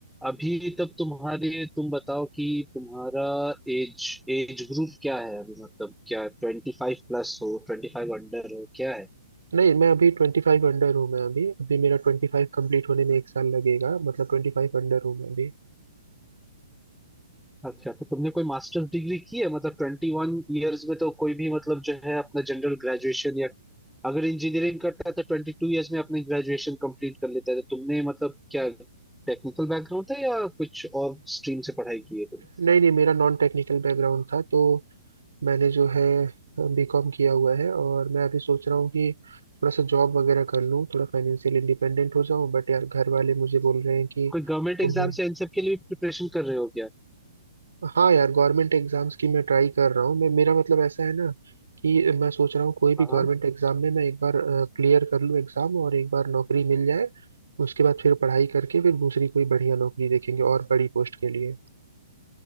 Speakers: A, in the centre; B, on the right.
A: अभी तब तुम्हारे तुम बताओ कि तुम्हारा एज एज ग्रुप क्या है अभी मतलब क्या ट्वेंटी फाइव प्लस हो ट्वेंटी फाइव अंडर हो क्या है
B: नहीं मैं अभी ट्वेंटी फाइव अंडर हूँ मैं अभी अभी मेरा ट्वेंटी फाइव कम्प्लीट होने में एक साल लगेगा मतलब ट्वेंटी फाइव अंडर हूँ मैं अभी
A: अच्छा तो तुमने कोई मास्टर्स डिग्री की है मतलब ट्वेंटी वन ईयर्स में तो कोई भी मतलब जो है अपना जनरल ग्रेजुएशन या अगर इंजीनियरिंग करता है तो ट्वेंटी टू ईयर्स में अपनी ग्रेजुएशन कंप्लीट कर लेता है तो तुमने मतलब क्या टेक्निकल बैकग्राउंड था या कुछ और स्ट्रीम से पढ़ाई की है तुमने
B: नहीं नहीं मेरा नॉन टेक्निकल बैकग्राउंड था तो मैंने जो है बीकॉम किया हुआ है और मैं अभी सोच रहा हूँ कि थोड़ा सा जॉब वगैरह कर लूँ थोड़ा फाइनेंशियल इंडिपेंडेंट हो जाऊँ बट यार घर वाले मुझे बोल रहे हैं कि
A: कोई गवर्नमेंट
B: तुम्हें
A: एग्जाम या इन सब के लिए प्रिपरेशन कर रहे हो क्या
B: हाँ यार गवर्नमेंट एग्जाम्स की मैं ट्राई कर रहा हूँ मैं मेरा मतलब ऐसा है ना कि मैं सोच रहा हूँ कोई भी
A: हाँ
B: गवर्नमेंट एग्जाम में मैं एक बार क्लियर कर लूँ एग्जाम और एक बार नौकरी मिल जाए उसके बाद फिर पढ़ाई करके फिर दूसरी कोई बढ़िया नौकरी देखेंगे और बड़ी पोस्ट के लिए